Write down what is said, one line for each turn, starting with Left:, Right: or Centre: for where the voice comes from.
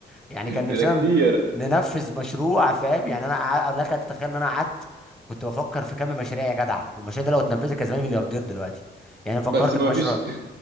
Centre: يعني كان نفسنا
Right: ده كتير
Centre: ن- ننفذ مشروع فاهم يعني انا قع- لك ان تتخيل ان انا قعدت كنت بفكر في كم مشاريع يا جدع والمشاريع دي لو اتنفذت كان زماني ملياردير دلوقتي يعني أنا فكرت
Right: بس ما
Centre: بمشروع
Right: فيش